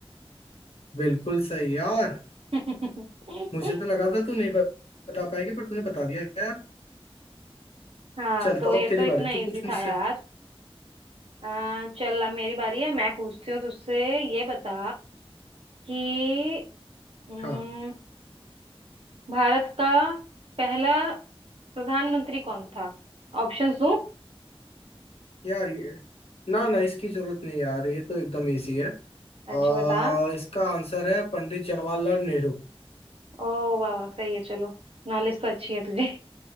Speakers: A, on the left; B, on the right.
A: बिल्कुल सही यार
B: <laughs>
A: मुझे तो लगा था तू नहीं बता पाएगी पर तूने बता दिया यार
B: हाँ
A: चल
B: तो
A: तो
B: ये
A: अब तेरी
B: तो इतना
A: बारी तू
B: इजी
A: पूछ मुझसे
B: था यार आ, चल अब मेरी बारी है मैं पूछती हूँ तुझसे ये बता कि हम्म,
A: हाँ
B: भारत का पहला प्रधानमंत्री कौन था ऑप्शंस दूँ
A: यार ये ना ना इसकी जरूरत नहीं यार ये तो एकदम इजी है
B: अच्छा
A: आ,
B: बता
A: इसका आंसर है पंडित जवाहरलाल नेहरू
B: ओ वाह वाह सही है चलो नॉलेज तो अच्छी है तुझे